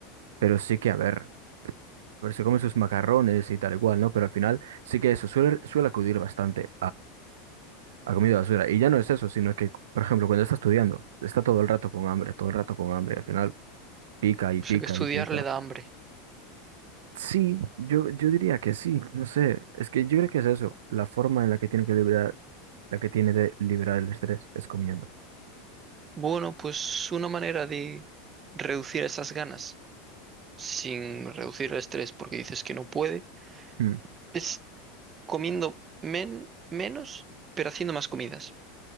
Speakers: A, on the right; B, on the right.
A: pero sí que, a ver, a ver, se come sus macarrones y tal y cual, ¿no? Pero al final sí que eso suele, suele acudir bastante ha comido basura. Y ya no es eso, sino que, por ejemplo, cuando está estudiando, está todo el rato con hambre, todo el rato con hambre. Al final pica y
B: O
A: pica
B: sea, que estudiar
A: y pica.
B: le da hambre.
A: Sí, yo, yo diría que sí, no sé. Es que yo creo que es eso, la forma en la que tiene que liberar, la que tiene de liberar el estrés es comiendo.
B: Bueno, pues una manera de reducir esas ganas sin reducir el estrés porque dices que no puede
A: Mm,
B: es comiendo men- menos, pero haciendo más comidas.